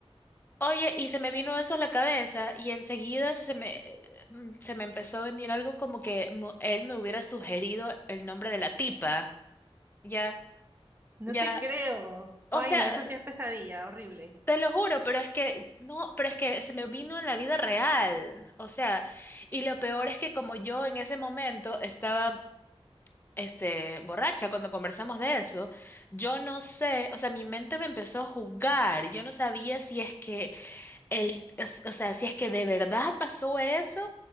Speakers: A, on the left (about 20°); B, on the right (about 20°).
A: Oye, y se me vino eso a la cabeza y enseguida se me, eh, mm, se me empezó a venir algo como que mu- él me hubiera sugerido el nombre de la tipa. Ya,
B: No
A: ya,
B: te creo.
A: O
B: Ay,
A: sea,
B: no, eso sí es pesadilla, horrible.
A: te lo juro, pero es que no, pero es que se me vino en la vida real. O sea, y lo peor es que como yo en ese momento estaba este borracha cuando conversamos de eso, yo no sé, o sea, mi mente me empezó a jugar. Yo no sabía si es que el, es- o sea, si es que de verdad pasó eso,